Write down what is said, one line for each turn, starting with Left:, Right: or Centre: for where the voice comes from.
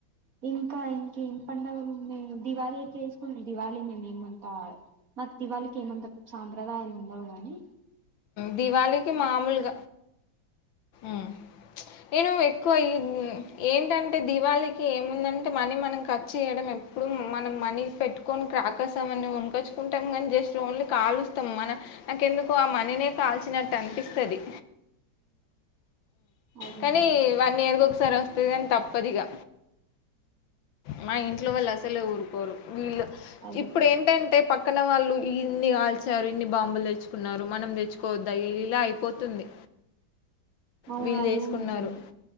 Right: ఇంకా ఇం ఏం పండుగలున్నయి దివాళీ కేస్కుంది దివాళి మేమేం అంతా మాకు దివాళికి ఏమంత సాంప్రదాయాలుండవు గానీ
Left: దివాలీకి మామూల్గ మ్ నేను ఎక్కువ ఈ ఏంటంటే దీవాళికి ఏముందం టే మనీ మనం ఖర్చు చేయడం ఎప్పుడు మనం మనీ పెట్టుకోన్ క్రాకర్స్ ఏమన్న కొనుకచ్చుకుంటం గని జస్ ట్ ఓన్లీ కాలుస్తాం మన నాకెందుకు ఆ మనీనే కాల్చినట్ అనిపిస్తది.
Right: అదే
Left: కనీ వన్ ఇయర్ కొక్సారి వస్తది కని తప్పదిగా మా ఇంట్లో వాళ్ళు అసలే ఊరుకోరు వీళ్ళు
Right: అదే
Left: ఇప్పుడు ఏంటంటే పక్ పక్కన వాళ్ళు ఇన్నీ కాల్చ్ ఎవరెన్ని బాంబులు తెచ్చుకున్నారు మనం తెచ్చుకోవద్దా ఇలా అయిపోతుంది.
Right: అవునా
Left: వీళ్ళు చేసుకున్నారు
Right: ఏం నిజమే